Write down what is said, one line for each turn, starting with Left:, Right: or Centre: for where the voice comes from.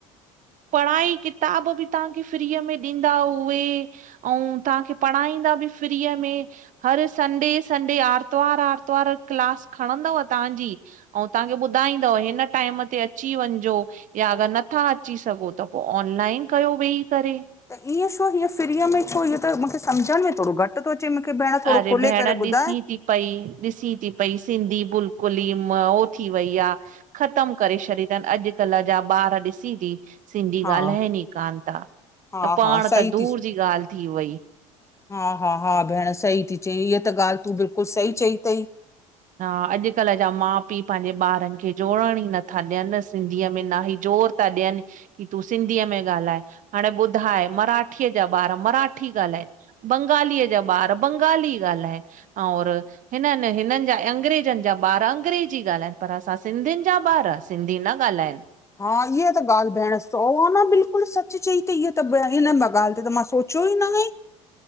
Right: पढ़ाई किताब बि तहांखे फ्रीअ में। ॾींदा उहे ऐं तहांखे पढ़ाईंदा बि फ्रीअ में। हर संडे संडे आर्तवार आर्तवार क्लास खणंदव तहांजी। ऐं तव्हांखे ॿुधाईंदव हिन टाइम ते अची वञिजो या अगर नथा अची सघो त पो ऑनलाइन कयो वेही करे।
Left: त ईअं छो हीअं फ्रीअ में छो इहो त मूंखे सम्झण में थोॾो घट न थो अचे मूंखे भेण थोॾो
Right: अरे
Left: खोले
Right: भेण
Left: करे
Right: ॾिसी
Left: ॿुधाए?
Right: थी पई ॾिसी थी पई सिंधी बिलकुल ई मओ थी वई आ। खत्म करे छॾी अथन अॼकल्ह जा ॿार ॾिसी थी। सिंधी
Left: हा
Right: ॻाल्हाइनि ई कोन था
Left: हा
Right: त पाण
Left: हा सही
Right: त दूर
Left: थी
Right: जी ॻाल्ह थी वई।
Left: हा, हा, हा भेण सही थी चई, हीअ त ॻाल्हि तूं बिल्कुलु सही चई थई।
Right: हा, अॼुकल्ह जा माउ- पीउ पंहिंजे ॿारनि खे जोड़ण ई नथा ॾियनि सिंधीअ में न ई जोर ताॾियी की तूं सिंधीअ में ॻाल्हाए, हाणे ॿुधाए मराठीअ जा ॿार मराठी ॻाल्हाएनि। बंगालीअ जा ॿार बंगाली ॻाल्हाइनि और हिननि हिननि अंग्रेजनि जा ॿार अंग्रेजी ॻाल्हाइनि पर असां सिंधियुनि जा ॿार सिंधी न ॻाल्हाइनि।
Left: हा, इहा त ॻाल्हि भेण सो न बिल्कुलु सच चई थई, इअ त हिन ॻाल्हि ते त मां सोचियो ई न आहे।